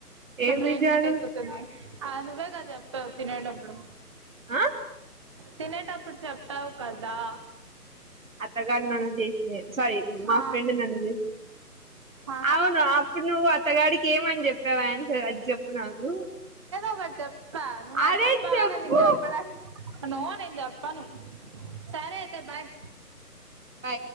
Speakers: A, on the right (about 55°); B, on the right (about 20°).
A: ఏం
B: బ్రైయిన్
A: నిజాలు
B: హీట్ ఎక్కుతుంది అది నువ్వే కదా చెప్ప తినేటప్పుడు
A: ఆ
B: తినేటప్పుడు చెప్తావు కదా
A: అత్తగాడు నన్ను చేసిన సారీ మా
B: ఆ
A: ఫ్రెండ్ నన్నుది
B: ఆ
A: అవును అప్పుడు నువ్వు అత్తగాడికి ఏమని చెప్పావా ఆయన్సర్ అది చెప్పు నాకు
B: ఒక జప్పా నువ్వు నాకు
A: అరే
B: జప్పప్పావా
A: చెప్పు
B: నేను జప్పడా నో నేను జాప్పాను సరే అయితే బాయ్
A: బై